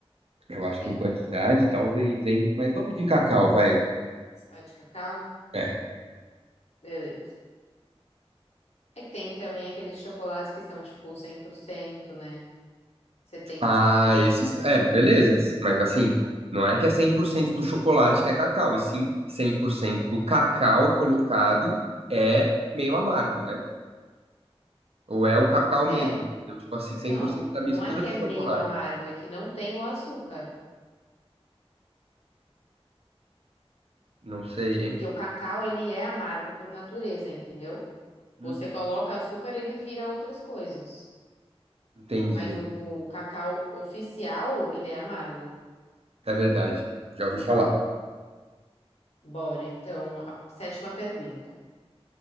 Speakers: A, on the right; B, on the left.
A: Eu
B: Não sei.
A: acho que em quantidade, talvez, hein? Mas vamos de cacau, vai.
B: Você vai de cacau?
A: É.
B: Beleza. É que tem também aqueles chocolates que são tipo 100%, né? Setenta
A: Ah,
B: por cento.
A: esses. É, beleza. Mas assim, não é que é 100% do chocolate que é cacau, e sim 100% do cacau colocado é meio amargo, né? Ou é o cacau mesmo,
B: É,
A: entendeu? Tipo assim, 100%
B: não,
A: da mistura
B: não é que
A: de
B: é meio
A: chocolate.
B: amargo, é que não tem o açúcar.
A: Não sei, hein?
B: Porque o cacau, ele é amargo por natureza, entendeu?
A: Uhum.
B: Você coloca açúcar, ele vira outras coisas.
A: Entendi.
B: Mas o, o cacau oficial, ele é amargo.
A: É verdade. Já ouvi falar.
B: Bora, então, a sétima pergunta.